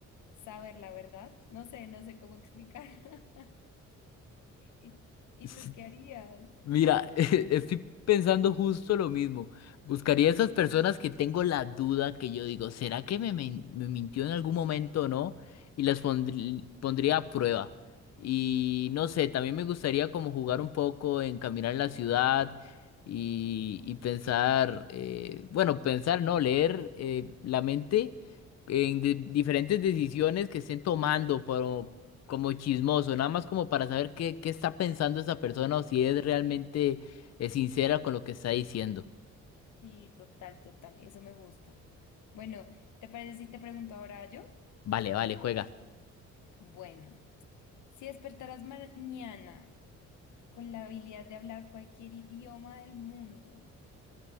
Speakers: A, on the left (about 75°); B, on the left (about 60°).
A: saber la verdad. No sé, no sé cómo explicar. <laughs> ¿Y y
B: <laughs>
A: tú qué harías?
B: Mira, <laughs> estoy pensando justo lo mismo. Buscaría esas personas que tengo la duda que yo digo, ¿será que me, men- me mintió en algún momento o no? Y las pondrí- pondría a prueba. Y no sé, también me gustaría como jugar un poco en caminar en la ciudad y, y pensar, eh, bueno, pensar, no, leer eh, la mente en de- diferentes decisiones que estén tomando como chismoso, nada más como para saber qué, qué está pensando esa persona o si es realmente eh, sincera con lo que está diciendo.
A: Sí, total, total, eso me gusta. Bueno, ¿te parece si te pregunto ahora yo?
B: Vale, vale, juega.
A: Bueno, si despertaras mañana con la habilidad de hablar cualquier idioma del mundo,